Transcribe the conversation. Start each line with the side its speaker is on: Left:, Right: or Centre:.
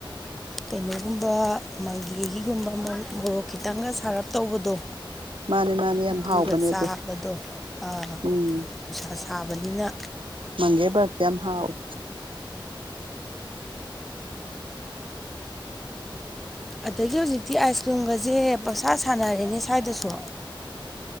Centre: ꯀꯩꯅꯣꯒꯨꯝꯕ ꯃꯪꯒꯦꯒꯤꯒꯨꯝꯕ ꯃꯣꯔꯣꯛ ꯈꯤꯇꯪꯒ ꯁꯥꯔꯞ ꯇꯧꯕꯗꯣ
Right: ꯃꯥꯅꯦ ꯃꯥꯅꯦ ꯌꯥꯝ
Centre: ꯑꯗꯨꯒ
Right: ꯍꯥꯎꯕꯅꯦ
Centre: ꯆꯥꯕꯗꯣ
Right: ꯑꯗꯣ
Centre: ꯑ
Right: ꯎꯝ
Centre: ꯅꯨꯡꯁꯥ ꯁꯥꯕꯅꯤꯅ
Right: ꯃꯪꯒꯦ ꯕꯔꯞꯇꯤ ꯌꯥꯝ ꯍꯥꯎꯋꯤ
Centre: ꯑꯗꯒꯤ ꯍꯧꯖꯤꯛꯇꯤ ꯑꯥꯏꯁꯀ꯭ꯔꯤꯝꯒꯁꯦ ꯄꯪꯁꯥ ꯁꯥꯟꯅꯔꯦꯅꯦ ꯁ꯭ꯋꯥꯏꯗꯁꯨ